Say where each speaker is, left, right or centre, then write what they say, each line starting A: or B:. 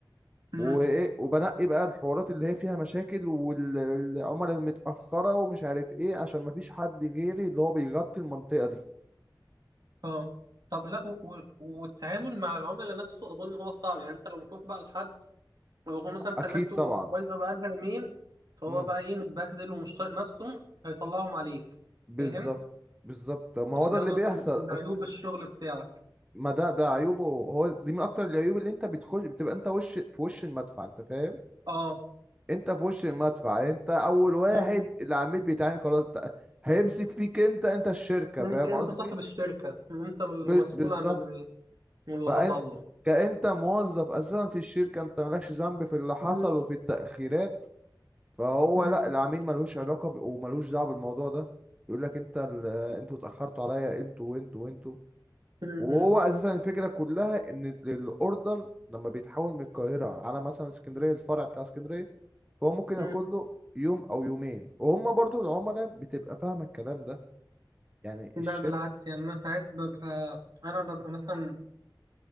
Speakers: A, on the right (about 55°); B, on the right (about 15°).
A: مم.
B: وايه وبنقي بقى الحوارات اللي هي فيها مشاكل والعملاء المتاخره ومش عارف ايه عشان ما فيش حد غيري اللي هو بيغطي المنطقه دي
A: اه طب لا و... و... والتعامل مع العملاء نفسه اظن هو صعب يعني انت لما تروح بقى لحد وهو مثلا تلاجته
B: اكيد طبعا
A: بايظه بقى لها يومين فهو
B: امم
A: بقى ايه متبهدل ومش طايق نفسه هيطلعهم عليك
B: بالظبط
A: فاهم
B: بالظبط طب ما هو
A: يعني
B: ده
A: دي
B: اللي
A: اظن
B: بيحصل
A: من من عيوب
B: أص-
A: الشغل بتاعك
B: ما ده ده عيوبه هو دي من اكتر العيوب اللي انت بتخش بتبقى انت وش في وش المدفع انت فاهم
A: اه
B: انت في وش المدفع انت اول واحد
A: مم.
B: العميل بيتعامل خلاص ت- هيمسك فيك انت انت الشركة
A: انت
B: فاهم
A: انت
B: قصدي
A: صاحب الشركه انت اللي
B: ب-
A: مسؤول
B: بالظبط
A: عن ال- عن اللي
B: فانت
A: حصل له
B: كأنت موظف اساسا في الشركة انت مالكش ذنب في اللي حصل
A: مم.
B: وفي التأخيرات فهو
A: مم.
B: لا العميل ملوش علاقة ب... وملوش دعوة بالموضوع ده يقول لك انت ال... انتوا اتأخرتوا عليا انتوا وانتوا وانتوا
A: مم.
B: وهو
A: مم.
B: اساسا الفكره كلها ان ال- الاوردر لما بيتحول من القاهره على مثلا اسكندريه الفرع بتاع اسكندريه فهو ممكن ياخد
A: مم.
B: له يوم او يومين وهم برضو العملاء بتبقى فاهمه الكلام ده يعني
A: لا
B: الشركه
A: بالعكس يعني انا ساعات ببقى انا ببقى مثلا